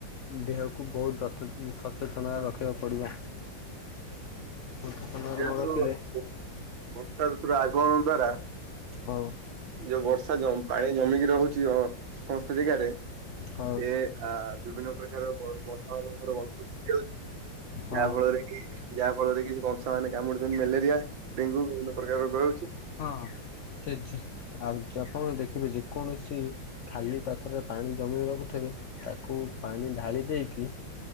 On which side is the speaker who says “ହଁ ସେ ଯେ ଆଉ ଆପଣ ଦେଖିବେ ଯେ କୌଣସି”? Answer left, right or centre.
Left